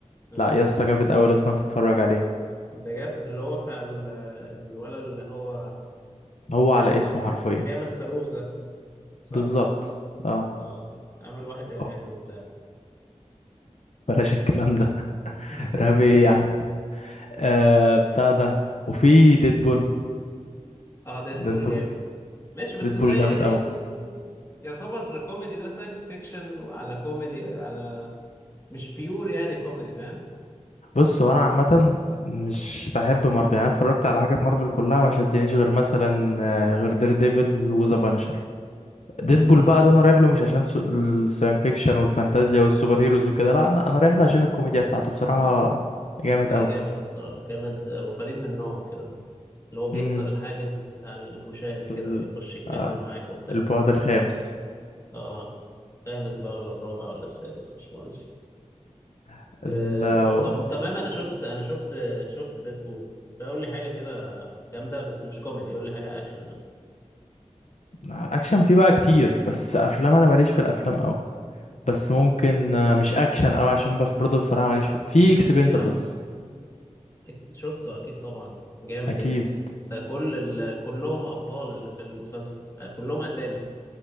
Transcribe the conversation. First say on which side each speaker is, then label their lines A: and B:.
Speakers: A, on the left; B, on the left.
A: اه
B: لا يا اسطى جامد اوي لازم انت تتفرج عليه
A: بجد اللي هو بتاع ال- الولد اللي هو
B: هو على
A: آه،
B: اسمه حرفيا
A: اللي بيعمل صاروخ ده صح؟
B: بالظبط اه
A: اه عمل واحد إرهابي
B: <laughs>
A: وبتاع
B: بلاش الكلام ده <laughs>
A: <laughs> ماشي
B: رهيب يا عم آه بتاع ده وفي ديدبول
A: اه ديدبول
B: ده انت
A: جامد ماشي بس
B: ديدبول
A: ده يعني
B: جامد قوي
A: مم، يعتبر كوميدي ده ساينس فيكشن وعلى كوميدي على مش بيور يعني كوميدي فاهم؟
B: بص هو انا عامه مش بحب مارفل يعني أنا اتفرجت على حاجه في مارفل كلها ما شدنيش غير مثلا آه، غير دير ديفل وذا بانشر ديدبول
A: مم،
B: بقى ده انا رايح له مش عشان سو- الساين فيكشن والفانتازيا والسوبر هيروز وكده لا انا أنا رايح له عشان الكوميديا بتاعته بصراحه
A: مم.
B: جامد
A: لا
B: قوي
A: جامد الصراحة جامد وفريد من نوعه كده اللي هو بيكسر
B: امم
A: الحاجز بتاع المشاهد كده
B: ال-
A: ويخش يتكلم
B: آه،
A: معاك وبتاع
B: البعد الخامس
A: اه خامس بقى ولا الرابع ولا السادس مش مهم
B: <laughs>
A: آه، طب تمام انا شفت انا شفت شفت ديدبول قول لي حاجه كده جامده بس مش كوميدي قول لي حاجه اكشن مثلا
B: الاكشن فيه بقى كتير بس افلام انا ماليش في الافلام قوي بس ممكن آه، مش اكشن قوي عشان بس برضه بصراحه ماليش في اكسبندبلز
A: يا عم أك- شفته اكيد طبعا جامد
B: اكيد
A: يا ابني ده كل ال... كلهم ابطال اللي في المسلسل آه، كلهم اسامي